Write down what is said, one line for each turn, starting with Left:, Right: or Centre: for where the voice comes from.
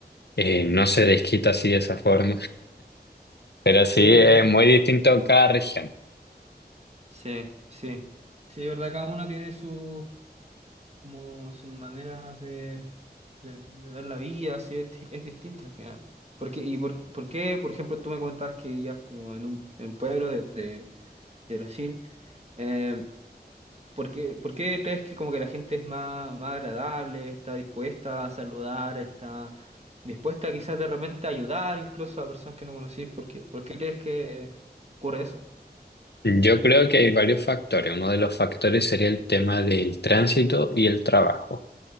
Left: eh, no se desquita así de esa forma. Pero
Right: Sí,
Left: sí, es
Right: ¿no?
Left: muy distinto en cada región.
Right: Sí, sí. Sí, de verdad, cada uno tiene su como sus maneras de, de- de ver la vida, así es, di- es distinta al final. porque y por, por qué, por ejemplo, tú me comentabas que vivías como en un, en un pueblo de, de- de Brasil? eh, ¿por qué, por qué crees que como que la gente es más, más agradable, está dispuesta a saludar, está dispuesta quizás de repente a ayudar incluso a personas que no conocís? ¿Por qué, por qué crees que ocurre eso?
Left: Yo creo que hay varios factores. Uno de los factores sería el tema del tránsito y el trabajo.